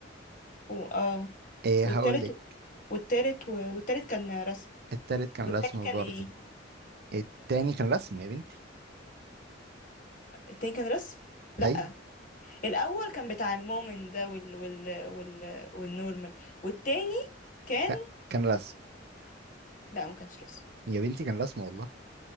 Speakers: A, on the left; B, on the right.
A: و... اه
B: إيه
A: والتالت
B: هقول لك
A: والتالت و... والتالت كان رسم
B: التالت كان
A: والتاني
B: رسم
A: كان
B: برضو
A: ايه
B: التاني كان رسم يا بنتي
A: التاني كان رسم لا
B: أيوة
A: الاول كان بتاع المؤمن ده وال وال وال والنورمال والتاني كان
B: ك- كان رسم
A: لا ما كانش رسم
B: يا بنتي كان رسم والله